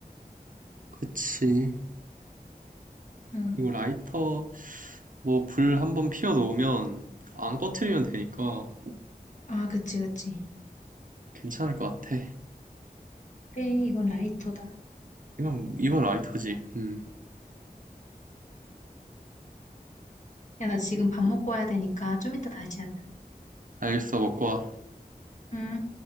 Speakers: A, on the right; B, on the left.
A: 그치.
B: 응.
A: 그리고 라이터, 뭐 불 한번 피워 놓으면 안 꺼트리면 되니까
B: 아, 그치, 그치.
A: 괜찮을 것 같아.
B: 그래, 이건 라이터다.
A: 이건 이건 라이터지. 음.
B: 야, 나 지금 밥 먹고 와야 되니까 좀 이따 다시 하자.
A: 알겠어, 먹고 와.
B: 응.